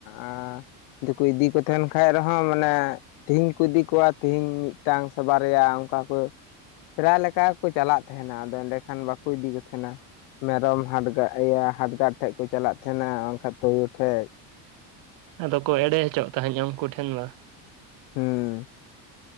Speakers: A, on the left; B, on the right.
A: ᱟᱸ <unintelligible> ᱤᱫᱤ ᱠᱚ ᱛᱟᱦᱮᱸᱱ ᱠᱷᱟᱡ ᱨᱮᱦᱚᱸ ᱢᱟᱱᱮ ᱛᱮᱦᱤᱧ ᱠᱚ ᱤᱫᱤ ᱠᱚᱣᱟ ᱛᱮᱦᱤᱧ ᱢᱤᱫᱴᱟᱝ ᱥᱮ ᱵᱟᱨᱭᱟ ᱚᱝᱠᱟ ᱠᱚ, ᱯᱮᱨᱟᱭ ᱞᱮᱠᱟ ᱜᱮᱠᱚ ᱪᱟᱞᱟᱜ ᱛᱟᱦᱮᱸᱱᱟ ᱟᱫᱚ ᱮᱸᱰᱮ ᱠᱷᱟᱱ ᱵᱟᱠᱚ ᱤᱫᱤ ᱠᱚ ᱛᱟᱦᱮᱸᱱᱟ᱾ ᱢᱮᱨᱚᱢ ᱦᱟᱰᱜᱟ ᱮᱭᱟᱹ ᱦᱟᱰᱜᱟᱨ ᱴᱷᱮᱡ ᱠᱚ ᱪᱟᱞᱟᱜ ᱛᱟᱦᱮᱸᱱᱟ ᱵᱟᱝᱠᱷᱟᱡ ᱛᱚᱭᱚ ᱴᱷᱮᱡ,
B: ᱟᱫᱚ ᱠᱚ ᱮᱲᱮ ᱦᱚᱪᱚᱜ ᱛᱟᱦᱮᱸᱱ ᱩᱱᱠᱩ ᱴᱷᱮᱱ ᱵᱟ?
A: ᱦᱩᱸ᱾